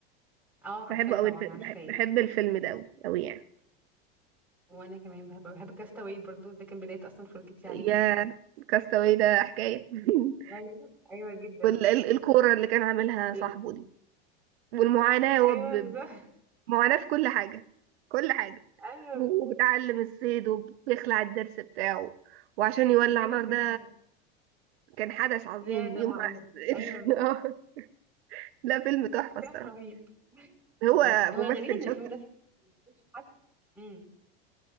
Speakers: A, in the centre; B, on the right.
A: اه عارفاه
B: بحبه
A: طبعا
B: قوي
A: عارفاه
B: بحب, بحب الفيلم ده قوي قوي يعني
A: وانا كمان بحب بحب كاستاوي برضو ده كان بداية اصلا فرجتي عليه
B: يا كاستاوي ده حكايه <laughs>
A: ايوه ايوه جدا
B: والكوره اللي كان عاملها
A: هي
B: صاحبه
A: أكيد.
B: دي والمعاناه هو
A: ايوه
B: ب-
A: بالظبط
B: معاناة في كل حاجة كل حاجة
A: ايوه
B: هو
A: بالظبط
B: بيتعلم الصيد وبيخلع الدرس بتاعه وعشان يولع
A: أنا بيعمل
B: نار
A: كل
B: ده
A: حاجه
B: كان حدث عظيم
A: يا ده
B: يوم
A: معاناة ايوه
B: ما <laughs> آه، لا فيلم تحفة
A: اكتشاف
B: الصراحة
A: رهيب
B: هو
A: مم.
B: ممثل
A: هو الغريب ان
B: شاطر
A: الفيلم ده في- مش حد امم